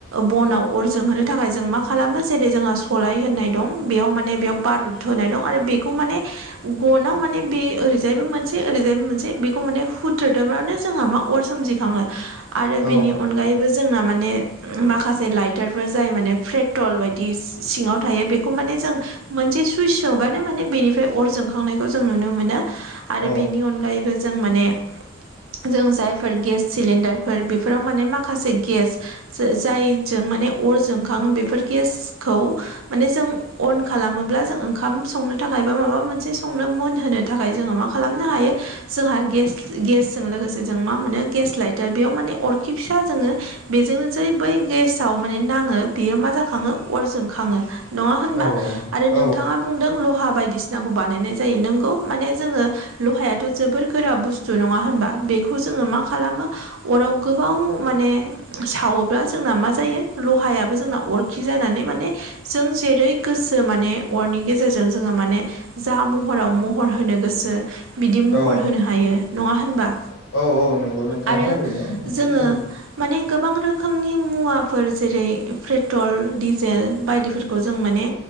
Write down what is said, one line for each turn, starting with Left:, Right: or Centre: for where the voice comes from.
Right: बनाव अर जोंहोनो थाखाय जों मा खालामो जेरै जोंहा सलाय होननाय दं बेयाव माने बेयाव बारुत होनाय दं आरो बेखौ माने गनाव माने बे ओरैजायबो मोनसे ओरैजायबो मोनसे बेखौ माने हुथ्रोदोबानो जोंहा मा? अर सोमजिखाङो आरो
Left: औ
Right: बेनि अनगायैबो जोंना माने माखासे लाइटारफोर जाय माने पेट्रल बायदि सिङाव थायो बेखौ माने जों मोनसे सुइस सोबानो माने बेनिफ्राय अर जोंखांनायखौ जों नुनो मोनो। आरो
Left: औ
Right: बेनि अनगायैबो जों माने जों जायफोर गेस सिलिन्डारफोर बेफोराव माने माखासे गेस जायजों माने अर जोंखाङो बेफोर गेसखौ माने जों अन खालामोब्ला जों ओंखाम संनो थाखाय बा माबा मोनसे संनो मोनहोनो थाखाय जोंङो मा खालामनो हायो जोंहा गेस गेसजों लोगोसे जों मा मोनो गेस लाइटार बेयाव माने अरखि फिसा जोङो। बेजोंनो जै बै गेसाव माने नाङो बेयो मा जाखाङो अर जोंखाङो। नङा होनबा
Left: औ
Right: आरो
Left: औ
Right: नोंथाङा बुंदों लहा बायदिसिनाखौ बानायनाय जायो नोंगौ माने जोङो लहायाथ' जोबोर गोरा बुस्थु नङा होनबा बेखौ जोङो मा खालामो? अराव गोबाव माने सावोब्ला जोंना मा जायो लहायाबो जोंना अर खि जानानै माने जों जेरै गोसो माने अरनि गेजेरजों जोङो माने जा महराव महर होनो गोसो बिदि महर
Left: औ
Right: होनो हायो नङा होनबा?
Left: औ औ नंगौ नोंथाङा
Right: आरो
Left: थारैनो नोंखौ
Right: जोङो
Left: बुंदों
Right: माने गोबां रोखोमनि मुवाफोर जेरै पेट्रल डिजेल बायदिफोरखौ जों माने